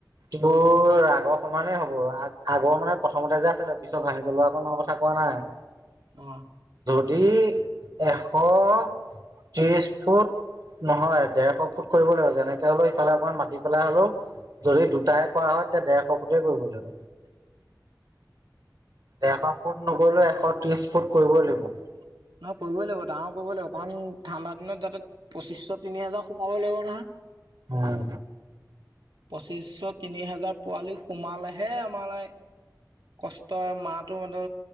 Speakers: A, on the right; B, on the right.
A: <inaudible> আগৰ সমানেই হ'ব আগ - আগৰ মানে প্ৰথমতে যে আছিলে পিছত ভাঙি পেলোৱাকনৰ কথা কোৱা নাই।
B: অ'।
A: এই এশ ত্ৰিছ ফুট নহয় ডেৰশ ফুট কৰিব লাগিব যেনেকে হলেও ইফালে অকমান মাতি পেলাই হলেও যদি দুটাই কৰা হয় তেতিয়া ডেৰশ ফুটতে কৰিব লাগিব।
B: <inaudible>
A: ডেৰশ ফুট নকৰিলেও এশ ত্ৰিছ ফুট কৰিবই লাগিব।
B: নহয় কৰিবই লাগিব ডাঙৰ কৰিবই লাগিব কাৰণ ঠাণ্ডা দিনত যাতে পঁচিচছ তিনি হাজাৰ সোমাবই লাগিব নহয়।
A: উম।
B: পঁচিছশ তিনি হাজাৰ পোৱালি সোমালেহে আমাৰ লাই কষ্ট মাহটো মানো